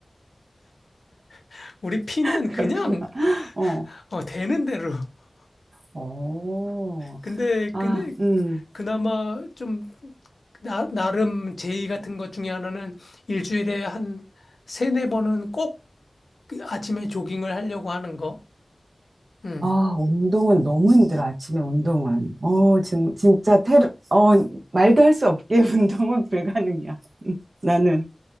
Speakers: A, on the left; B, on the right.
A: <laughs> 우리 피는
B: <laughs> 그렇구나.
A: 그냥
B: 어,
A: 어, 되는 대로. <laughs>
B: 오,
A: 근데,
B: 아,
A: 근데,
B: 음.
A: 그나마 좀, 나, 나름 제의 같은 것 중에 하나는 일주일에 한 세네 번은 꼭그 아침에 조깅을 하려고 하는 거. 음.
B: 아, 운동은 너무 힘들어, 아침에 운동은. 어, 지금 진짜 테러, 어, 말도 할 수 없게 <laughs> 운동은 불가능이야. <laughs> 나는.